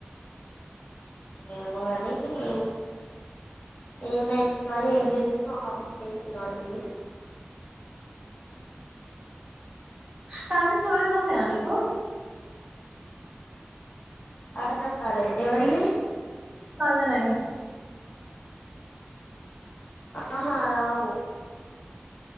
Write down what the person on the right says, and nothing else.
సన్నీ స్టోరీస్ వస్తాయా నీకు
సంజనయి